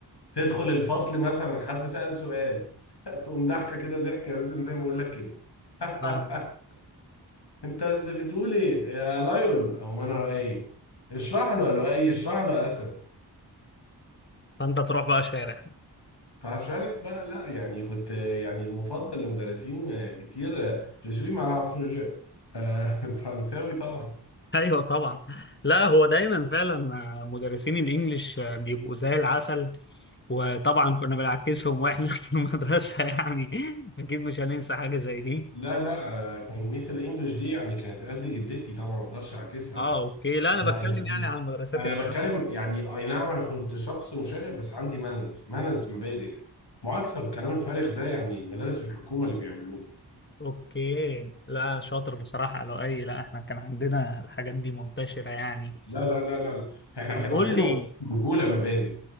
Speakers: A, on the left (about 65°); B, on the left (about 25°).
A: تدخل الفصل مثلا حد سأل سؤال <laughs> تقوم ضحكه كده ضحكه لازم زي ما بقول لك كده <laughs>
B: اه
A: انت بس بتقول ايه يا لايون او ما انا رأيب اشرح له يا لؤي اشرح له يا اسد
B: فانت تروح بقى شارع
A: فشارح بقى لا يعني كنت يعني المفضل لمدرسين كتير جو سوي مع العفو جو <laughs> آه، الفرنساوي طبعا
B: ايوه طبعا لا هو دايما فعلا آه، مدرسين الانجليش آه، بيبقوا زي العسل وطبعا كنا بنعكسهم واحنا <laughs> في المدرسه يعني اكيد مش هننسى حاجه زي دي
A: لا لا آه، كان ميس الانجليش دي يعني كانت قد جدتي طبعا ما اقدرش اعكسها
B: اه
A: انا
B: اوكي لا انا
A: انا
B: بتكلم
A: يعني
B: يعني عن المدرسات
A: انا
B: الشاذة
A: بتكلم يعني اي نعم انا كنت شخص مشاغب بس عندي مانز مانز مبادئ معاكسه والكلام الفارغ ده يعني المدارس الحكومه اللي بيعملوه
B: اوكي لا شاطر بصراحه لو اي لا احنا كان عندنا الحاجات دي منتشره يعني
A: لا لا لا لا احنا
B: طب
A: كان
B: قول
A: عندنا
B: لي
A: اصول رجوله مبادئ